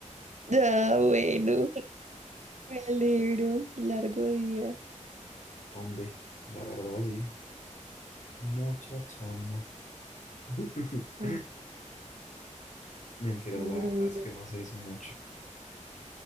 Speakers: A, on the right; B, on the left.
A: Ah, bueno, me alegro. Largo día.
B: Hombre, la verdad sí. Mucha chamba. <laughs>
A: Ah,
B: Mentira,
A: duro,
B: la verdad es
A: duro.
B: que no se hizo mucho.